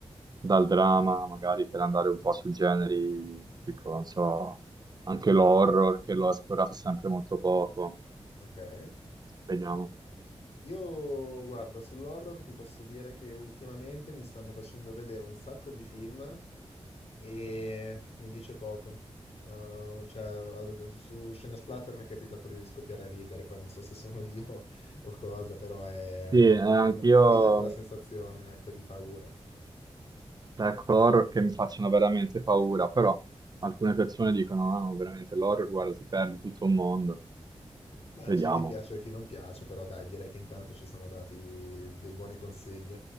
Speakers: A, on the right (about 40°); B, on the left (about 75°).
A: dal dramma, magari per andare un po' su generi tipo, non so, anche l'horror, che l'ho esplorato sempre molto poco.
B: Okay.
A: Vediamo.
B: Io guarda, sull'horror ti posso dire che ultimamente mi stanno facendo vedere un sacco di film E mi dice poco. Uh, cioè, ad- su Scene Splatter mi è capitato di scoppiare a ridere, poi non so se sono io <laughs> o cosa, però è-
A: Sì,
B: non,
A: eh, anch'io,
B: no- non mi dà quella sensazione, ecco, di paura.
A: ecco, horror che mi facciano veramente paura, però alcune persone dicono, "Ah, no, veramente l'horror, guarda, si perde tutto un mondo.
B: Beh,
A: Vediamo.
B: c'è chi piace e chi non piace, però dai, direi che intanto ci siamo dati dei buoni consigli.